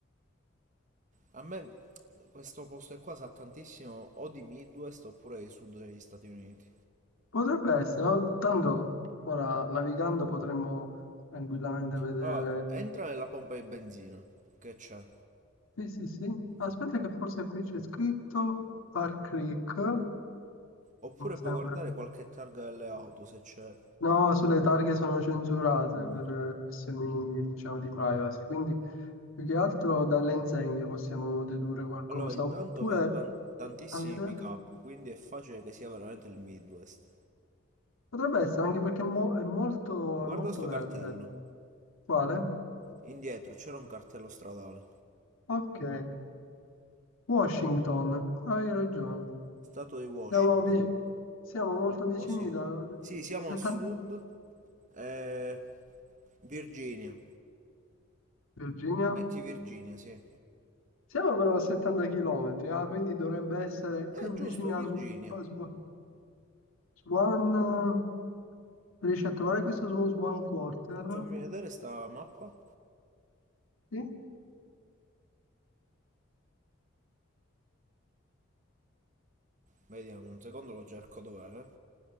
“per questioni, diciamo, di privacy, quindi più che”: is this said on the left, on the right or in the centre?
Left